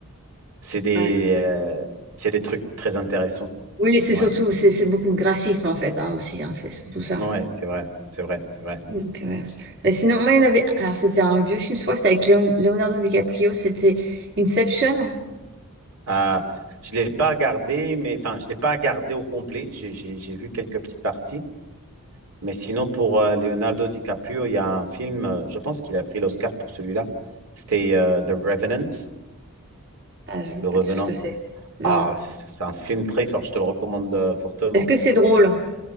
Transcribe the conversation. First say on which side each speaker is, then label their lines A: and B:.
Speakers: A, on the right; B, on the right.
A: c'est des,
B: Ouais.
A: euh, c'est des trucs très intéressants.
B: Oui, c'est
A: Ouais,
B: surtout, c'est c'est beaucoup le graphisme en fait, hein, aussi, hein, c'est surtout ça.
A: ouais, c'est vrai, c'est vrai, c'est vrai.
B: Donc, ouais. Bah, sinon, moi, il y en avait, alors c'était un vieux film, je crois que c'était avec Léon- Leonardo DiCaprio, c'était Inception.
A: Ah, je ne l'ai pas regardé, mais enfin, je l'ai pas regardé au complet. J'ai j'ai- j'ai vu quelques petites parties. Mais sinon, pour euh, Leonardo DiCaprio, il y a un film, euh, je pense qu'il a pris l'Oscar pour celui-là. C'était euh, The Revenant,
B: Ah, je ne
A: Le
B: sais pas
A: Revenant.
B: du tout ce que c'est. Non.
A: Ah, c'est c'est- c'est un film très fort, je te le recommande euh, fortement.
B: Est-ce que c'est drôle?